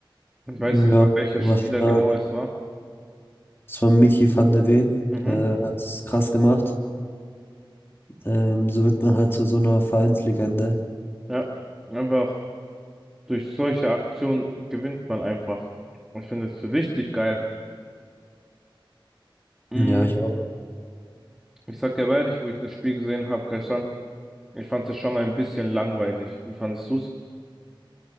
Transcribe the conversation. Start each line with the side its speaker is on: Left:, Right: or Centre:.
Centre: Ich weiß
Left: Ja,
Centre: nicht mal, welcher
Left: was
Centre: Spieler
Left: da
Centre: genau es war.
Left: Das war Mickey van de Ven.
Centre: Mhm.
Left: Der hat es krass gemacht. Ähm, so wird man halt zu so einer Vereinslegende.
Centre: Ja. Einfach durch solche Aktionen gewinnt man einfach. Ich finde es richtig geil. Mm,
Left: Ja, ich auch.
Centre: Ich sag dir aber ehrlich, wo ich das Spiel gesehen habe gestern, ich fand es schon ein bisschen langweilig. Wie fandest du's?